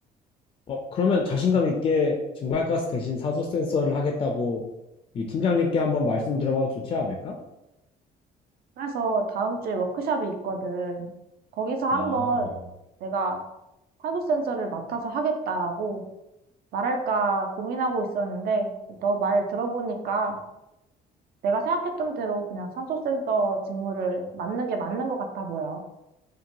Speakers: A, on the left; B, on the right.
A: 어, 그러면 자신감 있게 증발가스 대신 사조 센서를 하겠다고 이 팀장님께 한번 말씀드려봐도 좋지 않을까?
B: 그래서 다음 주에 워크숍이 있거든. 거기서 한번
A: 아,
B: 내가 산소 센서를 맡아서 하겠다라고 말할까 고민하고 있었는데, 너 말 들어보니까 내가 생각했던 대로 그냥 산소 센서 직무를 맡는 게 맞는 것 같아 보여.